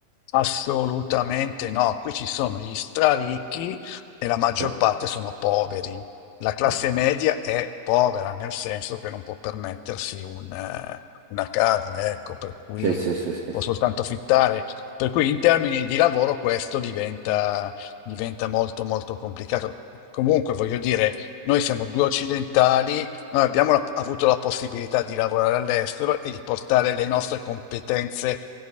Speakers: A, on the left; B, on the right.
A: Assolutamente no, qui ci sono gli straricchi e la maggior
B: Cioè,
A: parte sono poveri. La classe
B: Mm.
A: media è povera, nel senso che non può permettersi un, eh, una casa, ecco, per cui
B: Sì, sì, sì, sì,
A: può
B: sì,
A: soltanto affittare. Per cui in termini di lavoro questo diventa, diventa molto molto complicato. Comunque, voglio dire, noi siamo due occidentali noi abbiamo la- avuto la possibilità di lavorare all'estero e di portare le nostre competenze